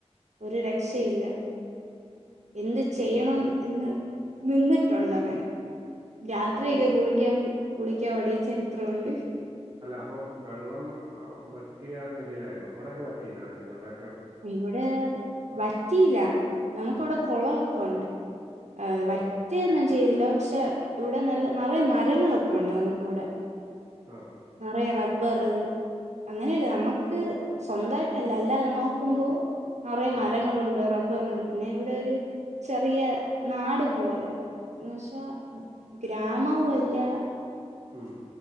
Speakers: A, on the right (about 75°); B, on the right (about 35°).
A: ഒരു രക്ഷയില്ല എന്ത് ചെയ്യണം
B: ഓഹ്.
A: എന്ന് നിന്നിട്ടുണ്ടങ്ങനെ രാത്രിയൊക്കെ
B: ഓഹ്. അപ്പൊ
A: കുളിക്കാം കുളിക്കാൻ ഓടിയ ചരിത്രം ഉണ്ട്.
B: അല്ല അപ്പം വെള്ളം വറ്റിയ നിലയിലായിരുന്നോ? ഇവിടൊക്കെ വറ്റീല്ല ഞങ്ങൾടെ
A: ഇവിടെ വറ്റിയില്ല, നമുക്ക്
B: ആഹ്.
A: ഇവിടെ കുളവൊക്കെ ഉണ്ട് വറ്റ
B: ഓഹ്.
A: ഒ ന്നും ചെയ്തില്ല പക്ഷെ ഇവിടെ നല്ല നറയെ മരങ്ങളൊക്കെ ഉണ്ട് നമുക്ക് ഇവിടെ.
B: ആഹ്.
A: നറയെ റ ബ്ബറ് അങ്ങനെയല്ലേ നമക്ക് സ്വന്തായിട്ടല്ല അല്ലാതെ നോക്കുമ്പോ നറയേ മരങ്ങളുണ്ട്
B: ഓക്കെ.
A: റ ബ്ബറുണ്ട്, പിന്നെ ഇവിടെ ഒരു ചെറിയ നാട് പോലാ, എന്ന് വെച്ചാ ഗ്രാമവുമല്ലാ
B: ഉം